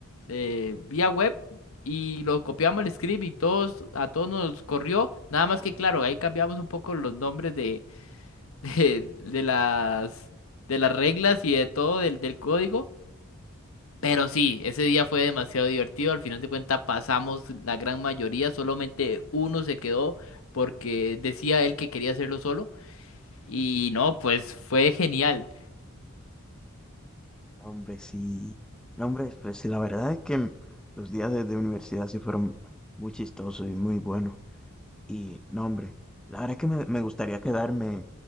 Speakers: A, on the left; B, in the centre.
A: eh, vía web y lo copiamos el script y todos, a todos nos corrió. Nada más que claro, ahí cambiamos un poco los nombres de, <laughs> de, de las, de las reglas y de todo del, del código. Pero sí, ese día fue demasiado divertido. Al final de cuentas pasamos la gran mayoría, solamente uno se quedó porque decía él que quería hacerlo solo. Y no, pues fue genial.
B: No, Hombre, sí. No, hombre, pues sí, la verdad es que los días de, de universidad sí fueron muy chistosos y muy buenos. Y no, hombre, la verdad es que me, me gustaría quedarme